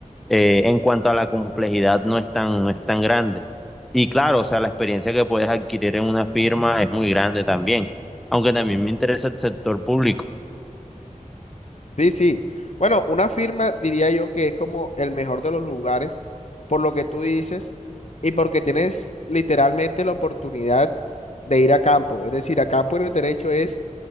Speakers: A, in the centre; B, on the left.
A: eh, en cuanto a la complejidad no es tan, no es tan grande. Y claro, o sea, la experiencia que puedes adquirir en una firma es muy grande también, aunque también me interesa el sector público.
B: Sí, sí. Bueno, una firma diría yo que es como el mejor de los lugares por lo que tú dices y porque tienes literalmente la oportunidad de ir a campo. Es decir, a campo en el derecho es